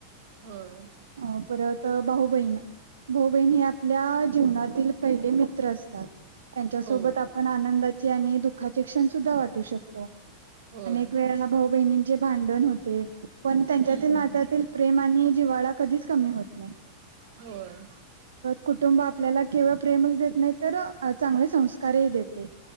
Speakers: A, on the right (about 50°); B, on the right (about 70°).
A: हां
B: अं परंत भाऊ बहीण भाऊ बहीण हे आपल्या जीवनांतील पहिले मित्रं असतांत त्यांच्यासोबत
A: हो
B: आपणं आनंदाची आणि दुःखाचे क्षणं सुद्धां वाटूं शकतो
A: होय
B: अनेक वेळांला भाऊ बहिणींचे भांडण होते पणं
A: हम्म
B: त्यांच्यातील
A: हम्म
B: नात्यांतील प्रेम आणि जिवाळा कधीचं कमी होतं नाहीं
A: होयं
B: कुटुंब आपल्याला केवळं प्रेमच देतं नाहीं तरं चांगले संस्कारही देते